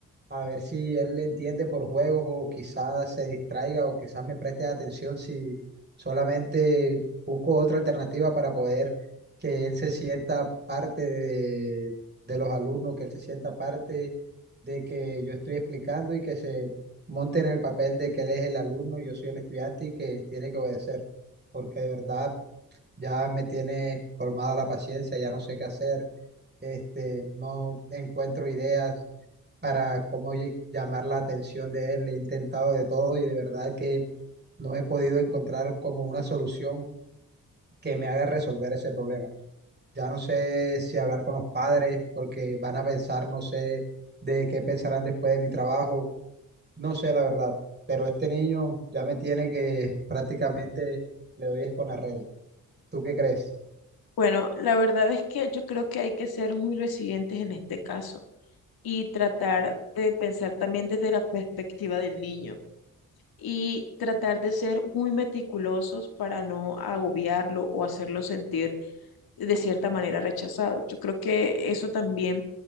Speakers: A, on the right; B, on the left.
A: a ver si él le entiende por juegos o quizás se distraiga o quizás me preste atención si solamente busco otra alternativa para poder que él se sienta parte de, de los alumnos, que él se sienta parte de que yo estoy explicando y que se monte en el papel de que él es el alumno y yo soy el estudiante y que tiene que obedecer, porque de verdad ya me tiene colmado la paciencia, ya no sé qué hacer, este, no encuentro ideas para cómo lle- llamar la atención de él, he intentado de todo y de verdad que no he podido encontrar como una solución que me haga resolver ese problema. Ya no sé si hablar con los padres porque van a pensar, no sé de qué pensarán después de mi trabajo, no sé la verdad, pero este niño ya me tiene que prácticamente le doy es con la regla. ¿Tú qué crees?
B: Bueno, la verdad es que yo creo que hay que ser muy resilientes en este caso y tratar de pensar también desde la perspectiva del niño y tratar de ser muy meticulosos para no agobiarlo o hacerlo sentir de cierta manera rechazado. Yo creo que eso también